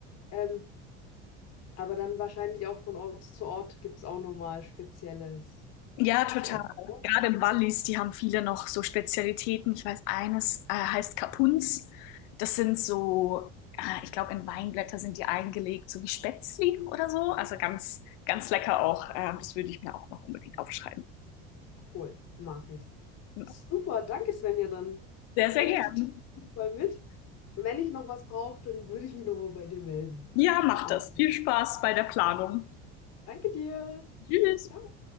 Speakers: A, on the left (about 55°); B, on the left (about 70°).
A: Ähm, aber dann wahrscheinlich auch von Ort zu Ort gibt es auch nochmal Spezielles
B: Ja, total.
A: zu essen. oder?
B: Gerade im Wallis, die haben viele noch so Spezialitäten. Ich weiß, eines äh, heißt Kapunz. Das sind so, äh, ich glaube, in Weinblätter sind die eingelegt, so wie Spätzli oder so. Also ganz, ganz lecker auch. Ähm, das würde ich mir auch noch unbedingt aufschreiben.
A: Cool, mache ich.
B: Genau.
A: Super, danke Svenja, dann
B: Sehr, sehr
A: nehme
B: gern.
A: ich die Tipps <laughs> mal mit. Und wenn ich noch was brauche, dann würde ich mich nochmal bei dir melden.
B: Ja, macht
A: Dann
B: das. Viel Spaß bei der Planung.
A: danke dir.
B: Tschüss.
A: Ciao.